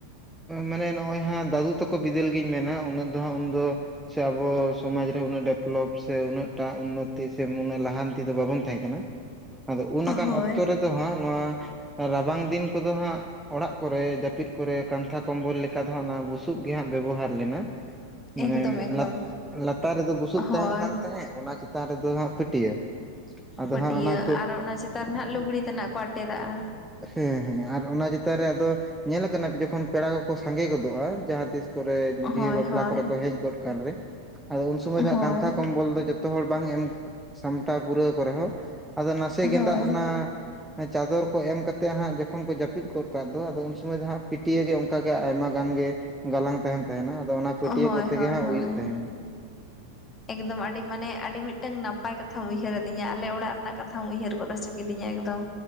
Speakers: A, in the centre; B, on the left.
A: ᱢᱟᱱᱮ ᱱᱚᱜ-ᱚᱭ ᱦᱟᱸᱜ ᱫᱟᱫᱩ ᱛᱟᱠᱚ ᱵᱤᱫᱟᱹᱞ ᱜᱤᱧ ᱢᱮᱱᱟ ᱩᱱᱟᱹᱜ ᱫᱚ ᱦᱟᱸᱜ ᱩᱱᱫᱚ ᱥᱮ ᱟᱵᱚ ᱥᱚᱢᱟᱡᱽ ᱨᱮ ᱩᱱᱟᱹᱜ ᱰᱮᱵᱷᱞᱚᱯ ᱥᱮ ᱩᱱᱟᱹᱜ ᱴᱟ ᱩᱱᱱᱚᱛᱤ ᱥᱮ ᱩᱱᱟᱹᱜ ᱞᱟᱦᱟ ᱛᱤ ᱫᱚ ᱵᱟᱵᱚᱱ ᱛᱟᱸᱦᱮ ᱠᱟᱱᱟ ᱟᱫᱚ ᱩᱱᱟᱠᱟᱱ
B: ᱦᱳᱭ
A: ᱚᱠᱛᱚ ᱨᱮᱫᱚ ᱦᱟᱸᱜ ᱱᱚᱣᱟ ᱨᱟᱵᱟᱝ ᱫᱤᱱ ᱠᱚᱫᱚ ᱦᱟᱸᱜ ᱚᱲᱟᱜ ᱠᱚᱨᱮ ᱡᱟᱯᱤᱫ ᱠᱚᱨᱮ ᱠᱟᱱᱛᱷᱟ ᱠᱚᱢᱵᱚᱞ ᱞᱮᱠᱟ ᱫᱚ ᱦᱟᱸᱜ ᱚᱱᱟ ᱵᱩᱥᱩᱵ ᱜᱮ ᱦᱟᱸᱜ ᱵᱮᱵᱚᱦᱟᱨ ᱞᱮᱱᱟ ᱢᱟᱱᱮ
B: ᱮᱠᱫᱚᱢ ᱮᱠᱫᱚᱢ
A: ᱞᱟ ᱞᱟᱛᱟᱨ ᱨᱮᱫᱚ ᱵᱩᱥᱩᱵ
B: ᱦᱳᱭ
A: ᱛᱟᱦᱮᱱ ᱠᱟᱱ ᱛᱟᱦᱮᱸᱜ ᱚᱱᱟ ᱪᱮᱛᱟᱱ ᱨᱮᱫᱚ ᱦᱟᱸᱜ ᱯᱟᱹᱴᱭᱟᱹ᱾ ᱟᱫᱚ
B: ᱯᱟᱹᱴᱭᱟᱹ
A: ᱦᱟᱸᱜ ᱚᱱᱟ ᱯᱟᱹ
B: ᱟᱨ ᱚᱱᱟ ᱪᱮᱛᱟᱱ ᱨᱮ ᱱᱟᱜ ᱞᱩᱜᱽᱲᱤ ᱛᱟᱱᱟᱜ ᱠᱚ ᱟᱴᱮᱫᱟᱜ-ᱟ᱾
A: ᱦᱮᱸᱦᱮᱸ ᱟᱨ ᱚᱱᱟ ᱪᱮᱛᱟᱱ ᱨᱮ ᱟᱫᱚ ᱧᱮᱞ ᱟᱠᱟᱱᱟ ᱡᱚᱠᱷᱚᱱ ᱯᱮᱲᱟ ᱠᱚᱠᱚ ᱥᱟᱸᱜᱮ ᱜᱚᱫᱚᱜ-ᱟ ᱡᱟᱸᱦᱟ ᱛᱤᱥ ᱠᱚᱨᱮ ᱵᱤᱦᱟᱹ
B: ᱦᱳᱭ
A: ᱵᱟᱯᱞᱟ
B: ᱦᱳᱭ
A: ᱠᱚᱨᱮ ᱠᱚ ᱦᱮᱡ ᱜᱚᱫ ᱠᱟᱱ ᱨᱮ ᱟᱫᱚ ᱩᱱ ᱥᱚᱢᱚᱭ ᱫᱚ
B: ᱦᱳᱭ
A: ᱦᱟᱸᱜ ᱠᱟᱱᱛᱷᱟ ᱠᱚᱢᱵᱚᱞ ᱫᱚ ᱡᱚ ᱡᱚᱛᱚ ᱦᱚᱲ ᱵᱟᱝ ᱮᱢ ᱥᱟᱢᱴᱟᱣ ᱯᱩᱨᱟᱹᱣ ᱟᱠᱚ ᱨᱮᱦᱚᱸ ᱟᱫᱚ ᱱᱟᱥᱮ ᱜᱮᱸᱫᱟᱜ
B: ᱦᱳᱭ
A: ᱚᱱᱟ ᱪᱟᱫᱚᱨ ᱠᱚ ᱮᱢ ᱠᱟᱛᱮᱜ ᱦᱟᱸᱜ ᱡᱚᱠᱷᱚᱱ ᱠᱚ ᱡᱟᱹᱯᱤᱫ ᱜᱚᱫ ᱠᱟᱜ ᱫᱚ ᱟᱫᱚ ᱩᱱ ᱥᱚᱢᱚᱭ ᱫᱚ ᱦᱟᱸᱜ ᱯᱟᱹᱴᱭᱟᱹ ᱜᱮ ᱚᱱᱠᱟ ᱜᱮ ᱟᱭᱢᱟ ᱜᱟᱱ ᱜᱮ ᱜᱟᱞᱟᱝ ᱛᱟᱸᱦᱮᱱ ᱛᱟᱸᱦᱮᱱᱟ ᱟᱫᱚ ᱚᱱᱟ ᱯᱟᱹᱴᱭᱟᱹ
B: ᱦᱳᱭ
A: ᱠᱚᱛᱮ
B: ᱦᱳᱭ
A: ᱜᱮ ᱦᱟᱸᱜ
B: ᱦᱳᱭ
A: <inaudible>
B: ᱾ ᱮᱠᱫᱚᱢ ᱟᱹᱰᱤ ᱢᱟᱱᱮ ᱟᱹᱰᱤ ᱢᱤᱫᱴᱟᱝ ᱱᱟᱯᱟᱭ ᱠᱟᱛᱷᱟᱢ ᱩᱭᱦᱟᱹᱨ ᱟᱫᱤᱧᱟ ᱟᱞᱮ ᱚᱲᱟᱜ ᱨᱮᱱᱟᱜ ᱠᱟᱛᱷᱟᱢ ᱩᱭᱦᱟᱹᱨ ᱜᱚᱫ ᱦᱚᱪᱚ ᱠᱤᱫᱤᱧᱟ ᱮᱠᱫᱚᱢ᱾